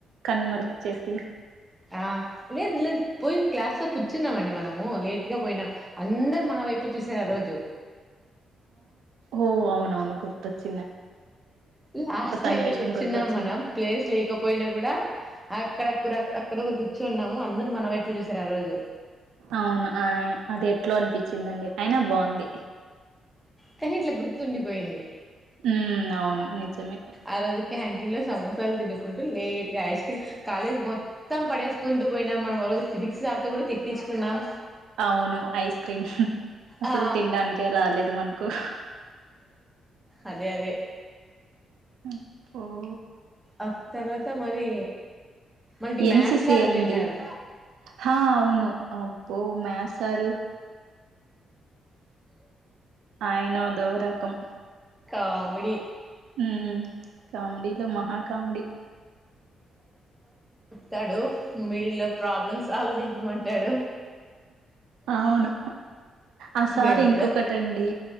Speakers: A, on the right; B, in the centre.
A: కన్ను మరిపిచ్చేసి
B: ఆ లేదు లేదు పోయి క్లాస్ లో కూర్చుందామండి మనము లేటుగా పోయినా అందరూ మన వైపే చూసారు ఆ రోజు
A: ఓ అవును అవును గుర్తొచ్చి
B: లాస్ట్
A: సన్నివేశం
B: వెళ్ళి కూర్చున్నాం
A: గుర్తొచ్చింది
B: మనం ప్లేస్ లేకపోయినా కూడా అక్కడక్కడ <unintelligible> కూర్చున్నాము అందరు మన వైపు చూశారు ఆ రోజు
A: అవును అయ్ అది ఎట్లో అనిపిచ్చిందండి అయినా బావుంది
B: కానీ ఇట్లా గుర్తుండిపోయింది
A: ఉమ్ అవును నిజమే
B: ఆ రోజు క్యాంటీన్ లో సమోసాలు తినుకుంటూ లేట్ గా ఐస్ క్రీమ్ కాలేజ్ మొత్తం పడేసుకుంటూ పోయినాం మనం ఆరోజు ఫిజిక్స్ సార్ తో కూడా తిట్టిచ్చుకున్నాం
A: అవును ఐస్ క్రీమ్ అసలు
B: ఆ
A: తినడానికే రాలేదు మనకు
B: అదే అదే
A: అబ్బో
B: అద్ తర్వాత మరి మనకి
A: ఎన్సిసి
B: మ్యాక్స్ సారు ఉనిన్నారు
A: అండి హా అవును అప్పు మ్యాస్ సారు ఆయన అదో రకం
B: కామెడి
A: ఉమ్మ్ కామెడీలో మహా కామెడి
B: తాడు మిడిల్ లో ప్రాబ్లమ్ సాల్వ్ చేయమంటాడు
A: అవును ఆ సార్
B: దేవుడా
A: ఇంకొకటండి